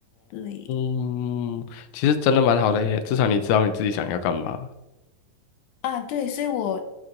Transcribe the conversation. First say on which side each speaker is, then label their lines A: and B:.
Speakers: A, on the left; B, on the left.
A: 对。
B: 哦，其实真的蛮好的耶，至少你知道你自己想要干嘛。
A: 啊，对，所以我，